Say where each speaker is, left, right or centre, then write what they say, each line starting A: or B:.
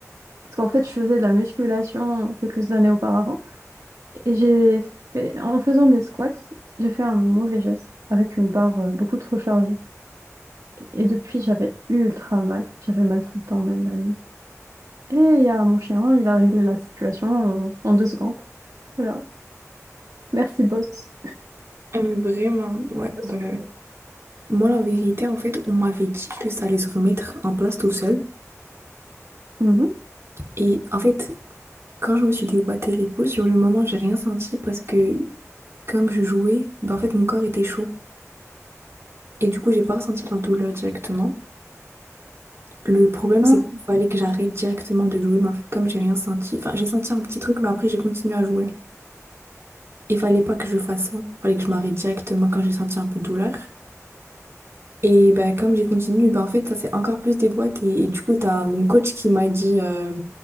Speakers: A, on the right (about 85°); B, on the right (about 55°).
A: Parce qu'en fait, je faisais de la musculation quelques années auparavant. Et j'ai fait... En faisant des squats, j'ai fait un mauvais geste avec une barre euh, beaucoup trop chargée. Et depuis, j'avais ultra mal. J'avais mal tout le temps, même la nuit. Et il y a mon chien, il a réglé la situation en en deux secondes. Alors, merci, boss.
B: Ah, mais vraiment, ouais,
A: Parce
B: bah.
A: que-
B: Moi, la vérité, en fait, on m'avait dit que ça allait se remettre en place tout seul.
A: Mhm.
B: Et en fait, quand je me suis déboîté l'épaule, sur le moment, j'ai rien senti parce que comme je jouais, bah en fait, mon corps était chaud. Et du coup, j'ai pas ressenti la douleur directement. Le problème,
A: Ah.
B: c'est qu'il fallait que j'arrête directement de jouer, mais en fait, comme j'ai rien senti, enfin, j'ai senti un petit truc, mais après, j'ai continué à jouer. Il fallait pas que je fasse ça. Il fallait que je m'arrête directement quand j'ai senti un peu de douleur. Et bah, comme j'ai continué, bah, en fait, ça s'est encore plus des boîtes. Et, et du coup, t'as mon coach qui m'a dit euh,